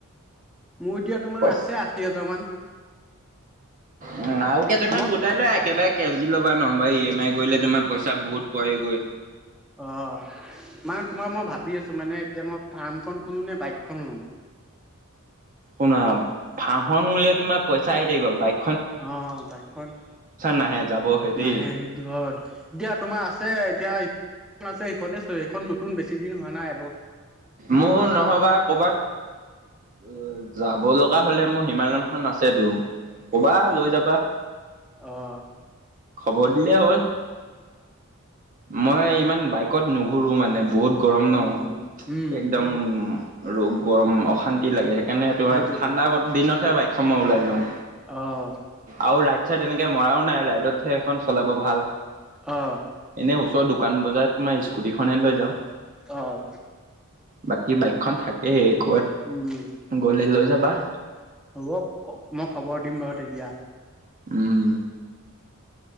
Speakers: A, in the centre; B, on the right.
A: মোৰ এতিয়া তোমাৰ
B: পইচা?
A: আছে আশি হেজাৰ মান।
B: উম আৰু কেইটামান
A: মই
B: গোটাই লোৱা একেবাৰে কেচ দি ল'বা নহ'বা ই এম আই কৰিলে তোমাৰ পইচা বহুত পৰেগৈ।
A: অ', মানে তোমাৰ মই ভাবি আছোঁ মানে এতিয়া মই ফাৰ্মখন খোলোনে বাইকখন ল'ম?
B: শুনা, ফাৰ্মখন খুলিলে তোমাৰ পইচা আহি থাকিব, বাইক
A: অ', বাইকখন
B: নাহে যাবহে দেই
A: নাহে, সেইটো হয়, দিয়া তোমাৰ আছে এতিয়া আছে <unintelligible> ইখন নতুন বেছি দিন হোৱা নাই, এব
B: মোৰ নহ'বা কৰ'বাত যাব লগা হ'লে মোৰ হিমালয়নখন আছেতো, ক'বা লৈ যাবা।
A: অঁহ।
B: খবৰ দিলে হ'ল। মই ইমান বাইকত নুঘো ঘোৰু মানে। বহুত গৰম
A: উম
B: ন।
A: উম
B: একদম আৰু গৰম অশান্তি লাগে। সেইকাৰণে তোমাৰ
A: সেইটোতো
B: ঠাণ্ডা দিনতহে বাই <unintelligible> ওলাই যাওঁ।
A: অহ।
B: আৰু ৰাইত ছাইড এনেকে মৰাও নাই ৰাইটতহে খন চলাব ভাল
A: অ
B: এনে ওচৰ দু দোকান বজাৰত তোমাৰ স্কুটিখনে লৈ যাওঁ।
A: অহ।
B: বাক বাকী বাইকখন থাকেই ক'বাত
A: উম
B: গ'লে লৈ যা বাহ
A: হ'ব, মই খবৰ দিম বাৰু তেতিয়া।
B: উম।